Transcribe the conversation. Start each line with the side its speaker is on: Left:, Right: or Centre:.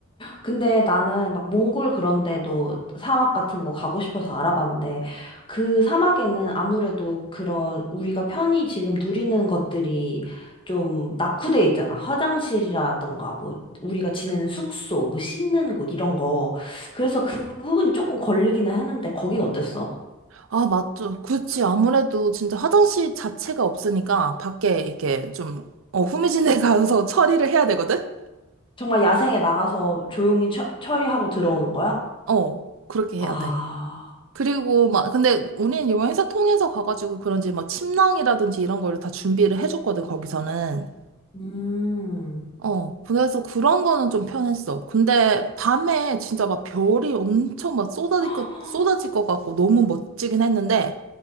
Left: 근데 나는 막 몽골 그런 데도 사막 같은 거 가고 싶어서 알아봤는데 그 사막에는 아무래도 그런 우리가 편히 지금 누리는 것들이 좀 낙후돼 있잖아. 화장실이라던가 뭐 우리가 지내는 숙소, 뭐 씻는 곳 이런 거. 그래서 그 부분이 조금 걸리기는 했는데 거긴 어땠어?
Right: 아 맞죠 그렇지 아무래도 진짜 화장실 자체가 없으니까 밖에 이렇게 좀 어 후미진에 <laughs> 가서
Left: 저-
Right: 처리를 해야 되거든
Left: 정말 야생에 나가서 조용히 처, 처리하고 들어오는 거야?
Right: 어 그렇게 해야
Left: 아.
Right: 돼. 그리고 막 근데 우리는 여행사 통해서 가가지고 그런지 막 침낭이라든지 이런 거를 다 준비를 해줬거든 거기서는
Left: 음.
Right: 어 그래서 그런 거는 좀 편했어 근데 밤에 진짜 막 별이 엄청 막 쏟아질
Left: <gasps>
Right: 것 쏟아질 것 같고 너무 멋지긴 했는데